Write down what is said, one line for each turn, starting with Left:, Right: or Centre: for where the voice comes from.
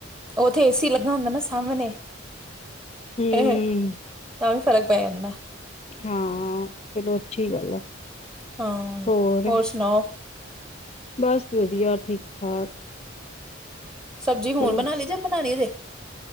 Right: ਓਥੇ ਏਸੀ ਲੱਗਾ ਹੁੰਦਾ ਨਾ ਸਾਮਣੇ। <inaudible>
Left: ਹਮ
Right: ਤਾਂ ਵੀ ਫ਼ਰਕ ਪੈ ਜਾਂਦਾ।
Left: ਹਾਂ, ਚਲੋ ਅੱਛੀ ਗੱਲ ਆ,
Right: ਹਾਂ।
Left: ਹੋਰ?
Right: ਸੁਣਾਓ
Left: ਬਸ ਵਧੀਆ, ਠੀਕ - ਠਾਕ।
Right: ਸਬਜ਼ੀ ਹੁਣ
Left: ਚਲੋ
Right: ਬਣਾ ਲਈ ਜਾਂ ਬਣਾਹਣੀ ਹਲੇ?